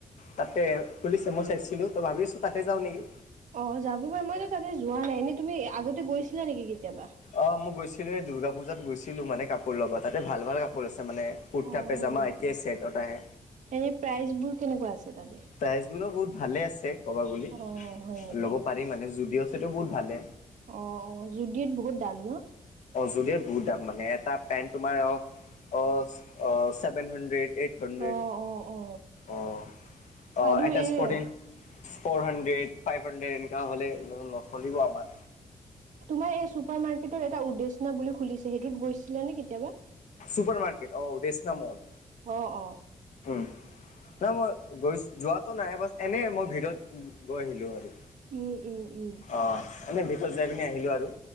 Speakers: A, on the left; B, on the right.
A: তাতে খুলিছে মই চাইছিলো ত, ভাবি আছো তাতে যাও নেকি।
B: অ, যাব পাৰ মইতো তাতে যোৱা নাই এনেই তুমি আগতে গৈছিলা নেকি কেতিয়াবা?
A: অ মই গৈছিলো এই দুৰ্গা পূজাত গৈছিলো মানে কাপোৰ ল'বা তাতে ভাল ভাল কাপোৰ আছিল। মানে কুৰটা
B: অ
A: পেজামা
B: হয় নেকি
A: একেছেটত আহে।
B: এনে প্ৰাইজ বোৰ কেনেকুৱা আছে তাতে।
A: প্ৰাইজবোৰো বহুত ভালে আছে ক'ব গলি,
B: অ হয় নেকি
A: ল'ব পাৰি মানে যুডঅ' চুডিঅ বহুত ভালে।
B: অ অ জুদিত বহুত দাম ন।
A: যদি বহুত দাম মানে এটা পেন্ট তোমাৰ অ অ চছেভেন হাণ্ড্ৰেড এইট হণ্ড্ৰেড,
B: অ অ অ
A: অ
B: আৰু
A: এটা
B: এই
A: স্পটিনং। ফ'ৰ হাড্ৰেড ফাইভ হাড্ৰেড এনে হ'লে নচলিব আমাৰ।
B: তোমাৰ এই চুপাৰ মাৰ্কেটৰ এটা উদ্দেশনা বুলি খুলিছে সেইটোত গৈছিলে নে কেতিয়াবা?
A: সুপাৰ মাৰ্কেট অ উডেছনা মল।
B: অ অ
A: নাই মই গৈ যোৱাত টো নাই বাছ এনে মই ভিতৰত গৈ আহিলোঁ আৰু।
B: উম উম উম
A: অ এনে ভিতৰত যাই পিনি আহিলো আৰু।